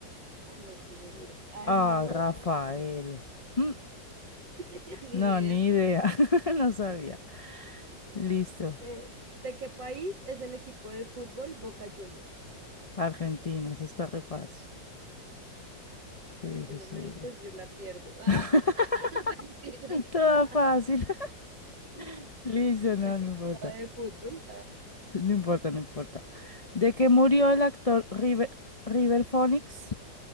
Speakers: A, on the right; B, on the left.
A: Ay, no estoy segura. Ay,
B: Ah,
A: no.
B: Rafael. Mm,
A: <laughs> Ni
B: No,
A: idea.
B: ni idea. <laughs> No sabía. Listo.
A: Eh, ¿de qué país es el equipo de fútbol Boca Juniors?
B: Argentina, eso está re fácil. Sí,
A: Si tú
B: sí,
A: no
B: sí.
A: me dices, yo la pierdo. <laughs>
B: <laughs>
A: Ah, mentiras.
B: Toda
A: <laughs>
B: fácil. <laughs> Listo, no,
A: La
B: no
A: que no
B: importa.
A: sabe de fútbol. Ah.
B: <laughs> No importa, no importa. De que murió el actor River, River Phoenix